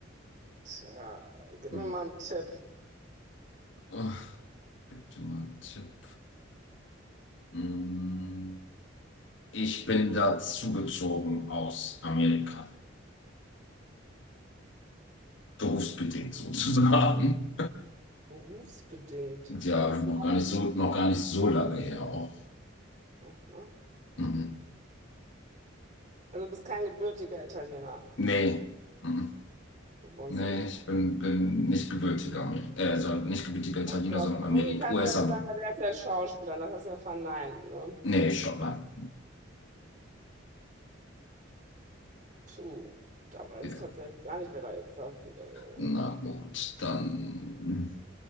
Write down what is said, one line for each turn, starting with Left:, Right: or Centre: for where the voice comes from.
Right: tja, gib
Left: Hm.
Right: mir mal einen Tipp.
Left: Oh, bitte mal einen Tipp. Hm. Ich bin da zugezogen aus Amerika, berufsbedingt sozusagen.
Right: Berufsbedingt.
Left: Ja,
Right: Bist
Left: noch
Right: du
Left: gar
Right: Maffi?
Left: nicht so, noch gar nicht so lange her auch.
Right: Mhm.
Left: Mhm.
Right: Also du bist kein gebürtiger Italiener.
Left: Nee, mhm.
Right: Du wohnst
Left: Nee,
Right: in UK.
Left: ich bin, bin nicht gebürtiger, Ameri- äh, also nicht gebürtiger Italiener,
Right: Aber George
Left: sondern
Right: Clooney
Left: Amerik
Right: kannst
Left: US-Amerikaner.
Right: du ja nicht sagen, weil der ist ja Schauspieler und das hast du ja verneint, ne?
Left: Nee, Schottland.
Right: Puh, da weiß
Left: Ja.
Right: ich tatsächlich gar nicht, wer da jetzt da, äh,
Left: Na gut, dann.